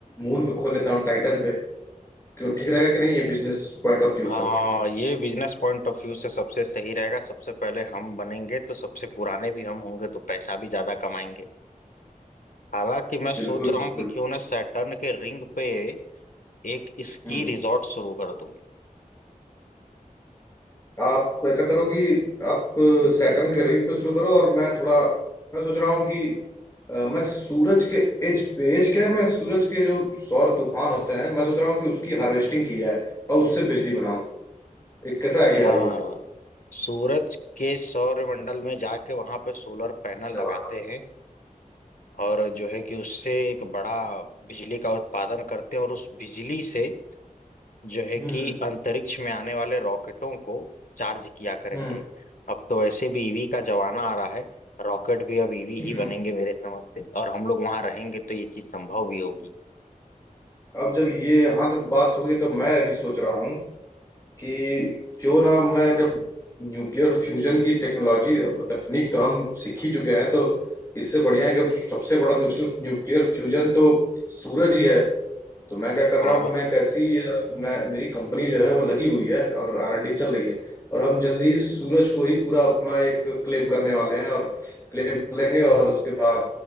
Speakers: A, on the left; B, on the left.
A: मून पे खोल लेता हूँ टाइटन पे क्यों ठीक रहेगा कि नहीं ये बिजनेस पॉइंट ऑफ व्यू
B: हाँ
A: से
B: ये बिजनेस पॉइंट ऑफ व्यू से सबसे सही रहेगा सबसे पहले हम बनेंगे तो सबसे पुराने भी हम होंगे तो पैसा भी ज्यादा कमाएंगे हालांकि मैं सोच
A: बिल्कुल
B: रहा
A: बिल्कुल
B: हूँ कि क्यों ना सैटर्न के रिंग पे एक स्की
A: हम्म
B: रिजॉर्ट शुरू कर दूं
A: आप ऐसा करो कि आप सैटर्न के रिंग पे शुरू करो और मैं थोड़ा मैं सोच रहा हूँ कि अ, मैं सूरज के एज पे एज क्या मैं सूरज के जो सौर तूफान होते हैं मैं सोच रहा हूँ कि उसकी हार्वेस्टिंग की जाए और उससे बिजली बनाऊं एक कैसा आइडिया
B: हाँ
A: है ये
B: हाँ सूरज के सौरमंडल में जाके वहां पे सोलर पैनल
A: वहां
B: लगाते हैं और जो है कि उससे एक बड़ा बिजली का उत्पादन करते हैं और उस बिजली से जो है कि
A: हम्म
B: अंतरिक्ष में आने वाले रॉकेटों को चार्ज किया करेंगे
A: हम्म
B: अब तो वैसे भी ईवी का जमाना आ रहा है रॉकेट भी अब ईवी
A: हम्म
B: ही बनेंगे मेरे समझ से और हम लोग वहां रहेंगे तो ये चीज संभव भी होगी
A: अब जब ये यहाँ तक बात होगी तो मैं अभी सोच रहा हूँ कि क्यों ना मैं जब न्यूक्लियर फ्यूजन की टेक्नोलॉजी अब तकनीक तो हम सीख ही चुके हैं तो इससे बढ़िया है कि अब सबसे बड़ा न्यूक्लियर न्यूक्लियर फ्यूजन तो सूरज ही है तो मैं क्या कर रहा
B: हाँ
A: हूँ कि मैं एक ऐसी अ, मैं मेरी कंपनी जो है वो लगी हुई है और आरएनडी चल रही है और हम जल्दी ही सूरज को ही पूरा अपना एक क्लेम करने वाले हैं और क्लेम कर लेंगे और उसके बाद